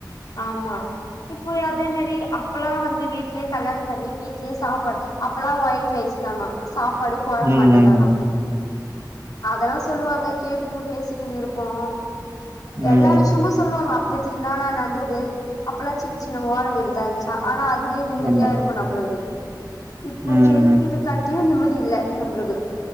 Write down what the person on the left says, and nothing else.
ஆமா இப்போ அதே மாரி அப்பல்லாம் வந்து வீட்லயே கல்யாணம் பண்ணி வீட்லயே சாப்பாடு அப்பல்லாம் ஒயிட் ரைஸ் தானா சாப் படுக்க
மாட்டம்தானா
அதெல்லாம் சொல்லுவாங்க கேட்டுக்கன்னு பேசிக்கனும் இருப்போம்
எல்லா விஷயமு சொல்லுவாங்க அப் பத்தினா நடந்தது அப்பல்லாம் சின்ன சின்ன ஓலை வீடுதா இருந்துச்சா ஆனா அது நிம்மதியா
இருக்கும் நம்மளுக்கு இப்போ
பெரிய
வீடு கட்டியும் நிம் இல்ல நம்பளுக்கு